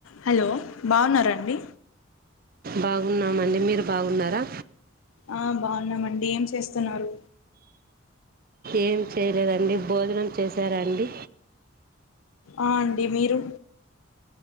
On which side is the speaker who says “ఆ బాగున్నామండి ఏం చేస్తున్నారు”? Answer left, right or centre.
Left